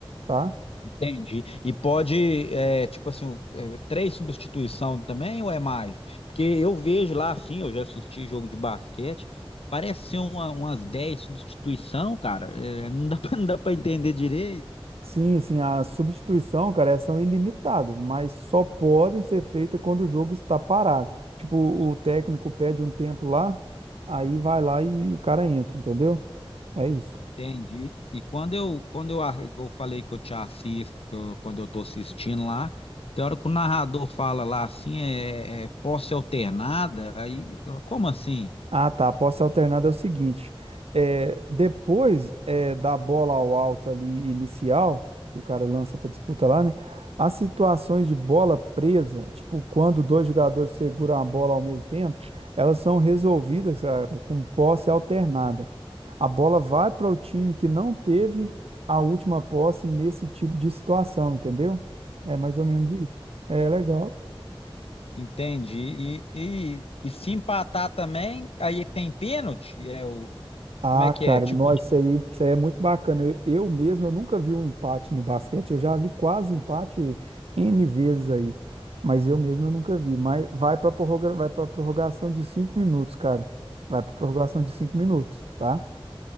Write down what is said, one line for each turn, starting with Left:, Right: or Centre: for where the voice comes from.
Right: tá?
Left: Entendi. E pode, é, tipo assim, o- é, três substituição também ou é mais? Porque eu vejo lá, assim, eu já assisti jogo de basquete, parece ser uma- umas dez substituição, cara. É, não dá <laughs> pra, não dá pra entender direito.
Right: Sim, sim, a substituição, cara, elas são ilimitadas, mas só podem ser feitas quando o jogo está parado. Tipo, o técnico pede um tempo lá, aí vai lá e o cara entra, entendeu? É isso.
Left: Entendi. E quando eu, quando eu, a- eu falei que eu te assisto, que eu- quando eu tô assistindo lá, tem hora que o narrador fala lá assim, é, é posse alternada, aí, como assim?
Right: Ah, tá. A posse alternada é o seguinte: é, depois é, da bola ao alto ali inicial, que o cara lança para disputa lá, né? As situações de bola presa, tipo quando dois jogadores seguram a bola ao mesmo tempo, elas são resolvidas, cara, com posse alternada. A bola vai para o time que não teve a última posse nesse tipo de situação, entendeu? É mais ou menos isso. É legal.
Left: Entendi. E, e, e se empatar também, aí tem pênalti? É o,
Right: Ah,
Left: como é que
Right: cara,
Left: é? Tipo,
Right: nossa, isso aí, isso aí é muito bacana. Eu, eu mesmo, eu nunca vi um empate no basquete. Eu já vi quase empate N vezes aí, mas eu mesmo eu nunca vi. Mas vai para prorroga, vai para prorrogação de cinco minutos, cara. Vai para prorrogação de cinco minutos, tá?